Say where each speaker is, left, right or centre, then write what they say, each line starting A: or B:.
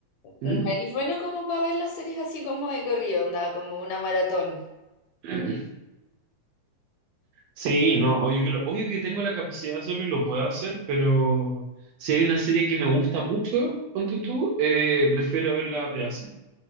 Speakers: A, on the right; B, on the left.
A: ¿Mm?
B: no eres bueno como para ver las series así como de corrido, onda, como una maratón.
A: <clears throat> Sí, no, obvio que, lo, obvio que tengo la capacidad de hacerlo y lo puedo hacer, pero si
B: No.
A: hay una serie que me gusta mucho, ponte
B: Ujú,
A: tú, eh, prefiero verla a pedacitos.